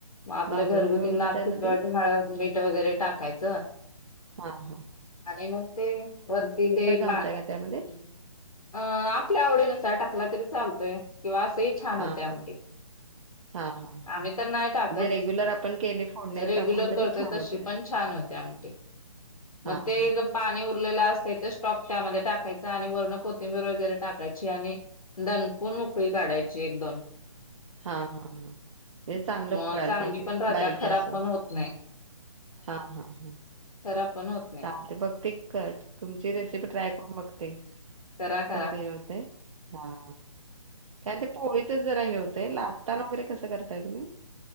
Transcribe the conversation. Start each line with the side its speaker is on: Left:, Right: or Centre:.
Left: म आपलं
Right: भाजून
Left: घरगुती
Right: घेऊन मग
Left: लाल
Right: त्यामध्ये
Left: तिखट हळद, मीठ ट वगैरे टाकायचं.
Right: हा हा.
Left: आणि मग ते वरती ते.
Right: घालताय का त्यामध्ये?
Left: <unintelligible> अ आपल्या आवडीनुसार टाकला तरी चालतोय किंवा असंही छान
Right: हां,
Left: होते आमटी.
Right: हां. हां, हां.
Left: आम्ही तर नाही
Right: म्हणजे
Left: टाकत
Right: रेग्युलर आपण केली फोडणी
Left: रेग्युलर
Right: टाकून तरी
Left: करतोय
Right: छान
Left: तशी
Right: होत्या.
Left: पण छान होते आमटी.
Right: हां,
Left: मग ते
Right: हां.
Left: गप पाणी उरलेलं असतंय ते स्टॉक त्यामध्ये टाकायच आणि वरनं कोथिंबीर वगैरे टाकायची आणि दणकून उकळी काढायची एक दोन.
Right: हा हा हा. हे चांगलं
Left: मग
Right: उकळायला
Left: चांगली
Right: पाहिजे
Left: पण राहत्या
Right: बारीक
Left: खराब
Right: गॅसवर.
Left: पण होत नाही
Right: हा हा हा
Left: खराब पण होत नाही
Right: चालते बघ ते कर. तुमची रेसिपी ट्राय करून बघते.
Left: करा करा
Right: कसं हे होतंय हा. काय ते पोळीचं जरा हे होतय लाटताना वगैरे कसं करताय तुम्ही?